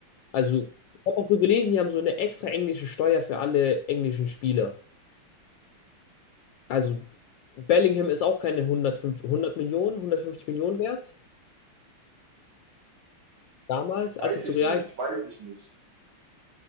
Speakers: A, on the left (about 75°); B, on the right (about 70°).
A: Also, ich habe auch so gelesen, die haben so eine extra englische Steuer für alle englischen Spieler. Also, Bellingham ist auch keine 105, 100 Millionen, hundertfünfzig Millionen wert, damals,
B: Weiß
A: als er zu
B: ich
A: Real.
B: nicht, weiß ich nicht.